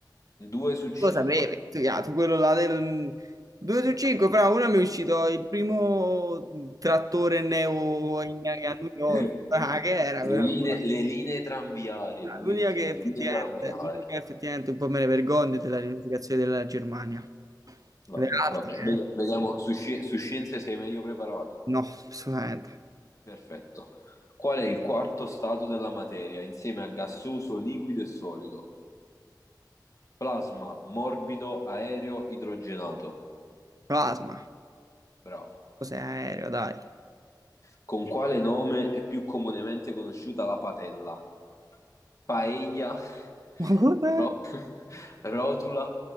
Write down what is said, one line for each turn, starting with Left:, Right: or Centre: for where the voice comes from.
Left: 2 su 5.
Right: Lo sapevi, tu, ya, tu quello là del 2 su 5, fra uno mi è uscito il primo trattore neo in- a New York.
Left: <laughs>
Right: Ah, che era quella
Left: Le linee,
Right: cosa?
Left: le linee tranviarie, Luigi,
Right: L'unica che
Left: le
Right: effettivamente,
Left: linee tranviarie.
Right: l'unica che effettivamente un po' me ne vergogno è della riunificazione della Germania.
Left: Vabbè,
Right: Le
Left: vabbè.
Right: altre?
Left: Vedi- Vediamo, su, sci- su scienze sei meglio preparato?
Right: No, assolutamente.
Left: Perfetto. Qual è il quarto stato della materia insieme a gassoso, liquido e solido? Plasma, morbido, aereo, idrogenato.
Right: Plasma,
Left: Bravo.
Right: cos'è aereo, dai. <laughs>
Left: Con quale nome è più comunemente conosciuta la patella? Paella, <laughs>
Right: Ma guarda,
Left: ro- <laughs> rotula,